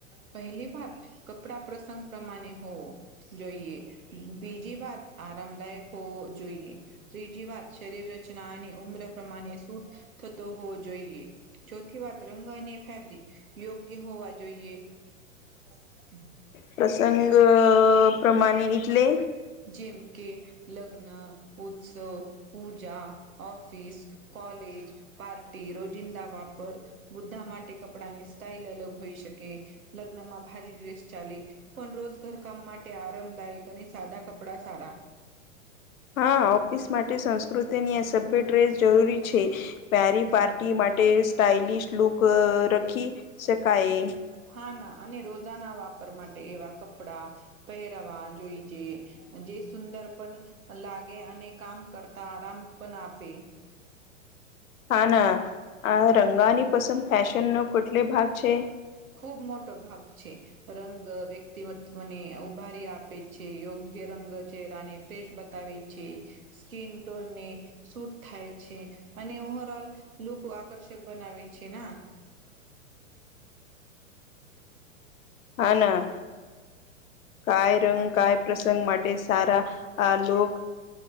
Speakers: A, on the right (about 80°); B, on the left (about 75°).
A: પહેલી વાત કપડા પ્રસંગ પ્રમાણે હોવો જોઈએ. બીજી વાત આરામદાયક હોવો જોઈએ. ત્રીજી વાત શરીર રચના અને ઉમ્ર પ્રમાણે સૂટ થતો હોવો જોઈએ. ચોથી વાત રંગ અને ફેબ્રિક યોગ્ય હોવા જોઈએ. <inaudible>
B: પ્રસંગ પ્રમાણે એટલે
A: જેમ કે લગ્ન, ઉત્સવ, પૂજા, ઓફિસ કોલેજ પાર્ટી રોજિંદા વાપર બુદ્ધા માટે કપડાની સ્ટાાઈલ અલગ હોઈ શકે. લગ્ન માં ભારી ડ્રેસ ચાલે પણ રોજ ઘરકામ માટે આ આરામદાયક અને સાદા કપડા સારા.
B: હા ઓફિસ માટે સંસ્કૃતિની અ સભ્ય ડ્રેસ જરૂરી છે. પરી પાર્ટી માટે સ્ટાઇલિશ લુક રખી શકાય.
A: હા ના અને રોજાના વાપર માટે એવા કપડા પહેરવા જોઈએ. જે સુંદર પણ લાગે અને કામ કરતા આરામ પણ આપે.
B: હા ના આ રંગાની પસંદ ફેશન નો કુટલે ભાગ છે.
A: ખુબ મોટો ભાગ છે. રંગ વ્યક્તિમતમને ઉભારી આપે છે. યોગ્ય રંગ ચરાને ફ્રેશ બતાવે છે. સ્કીિન ટોનને સુૂટ થાય છે, અને ઓવર ઓલ લુક આકર્ષક બનાવે છે ના.
B: હા ના કાય રંગ કાય પ્રસંગ માટે સારા. આ લોક